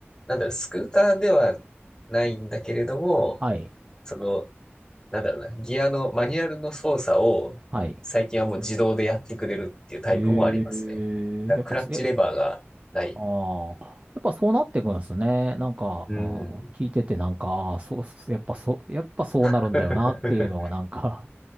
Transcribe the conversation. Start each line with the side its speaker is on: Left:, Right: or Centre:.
Left: なんだろう、スクーターではないんだけれども、
Right: はい、
Left: その、なんだろうな、ギアの、マニュアルの操作を、
Right: はい。
Left: 最近はもう自動でやってくれるっていうタイプもありますね。
Right: ええやっぱ、
Left: だからクラッチレバーがない。
Right: や、ああ、やっぱそうなってくんですね。なんか、
Left: うん。
Right: うん、聞いてて、なんか、ああ、そうっす、やっぱそう、やっぱそうなるんだよな、
Left: <laughs>
Right: っていうのが、なんか、